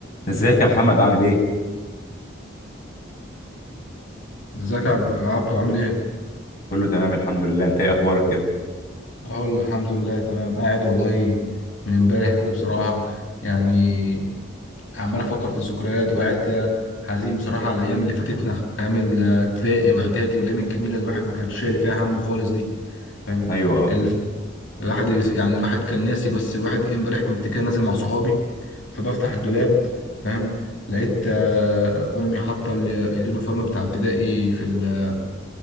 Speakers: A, on the left (about 45°); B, on the left (about 85°).
A: ازيك يا محمد عامل ايه؟
B: ازيك يا عب- عبدو عامل ايه؟
A: كله تمام الحمد لله انت ايه اخبارك كده؟
B: اهو الحمد لله تمام قاعد والله من امبارح كده بصراحة يعني عمال افكر في الذكريات وقاعد كده حزين بصراحة على الايام اللي فاتتنا ايام الابتدائي واعدادي والايام الجميلة اللي الواحد ما كانش شايل فيها هم خالص دي فاهم؟
A: ايوه اه
B: اللي ف- الواحد يس- يعني الواحد كان ناسي بس الواحد إيه، امبارح كنت كده نازل مع صحابي فبفتح الدولاب فاهم؟ لقيت آه، امي حاطة ال- اليونيفورم بتاع ابتدائي في ال-